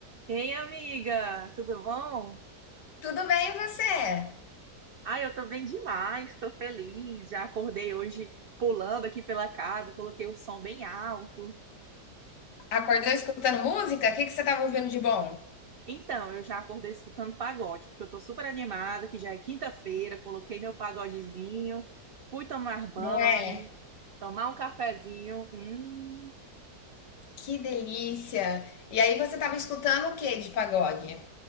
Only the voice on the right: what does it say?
Ei, amiga, tudo bom?
Ai, eu tô bem demais, tô feliz. Já acordei hoje pulando aqui pela casa, coloquei o som bem alto.
Então, eu já acordei escutando pagode, porque eu tô super animada, que já é quinta-feira, coloquei meu pagodezinho, fui tomar banho,
tomar um cafezinho. Hum,